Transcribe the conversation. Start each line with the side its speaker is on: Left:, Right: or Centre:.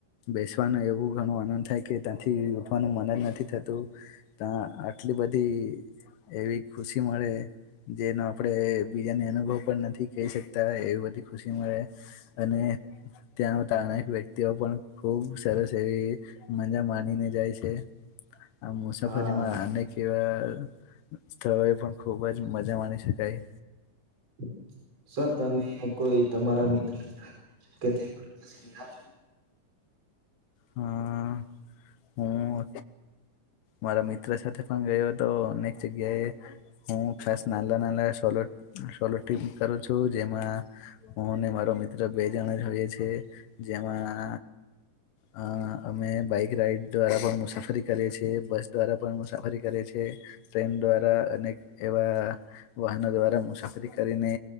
Left: બેસવાનું એવું ઘણો આનંદ થાય કે ત્યાંથી ઉઠવાનું મન જ નથી થતું તા આટલી બધી એવી ખુશી મળે જેનું આપડે બીજાને અનુભવ પણ નથી કહી શકતા એવી બધી ખુશી મળે અને ત્યાં અતાના અનેક વ્યક્તિઓ પણ ખૂબ સરસ એવી મજા માનીને જાય છે આ મુસાફરી
Right: હા
Left: માળા અનેક કેવા સ્થળો એ પણ ખુબ જ મજા માની શકાય.
Right: <inaudible> તો તમે કોઈ તમારા મિત્ર <unintelligible>
Left: હ અ અ અ હું મારા મિત્ર સાથે પણ ગયોતો અનેક જગ્યાએ હું ખાસ નાલા નાના સોલો, સોલો ટ્રીપ કરું છું જેમાં હુંને મારો મિત્ર બે જણા જ હોઈએ છે જેમાં હા અમે બાઈક રાઈડ દ્વારા પણ મુસાફરી કરે છીએ, બસ દ્વારા પણ મુસાફરી કરે છીએ, ટ્રેન દ્વારા અનેક એવા વાહનો દ્વારા મુસાફરી કરીને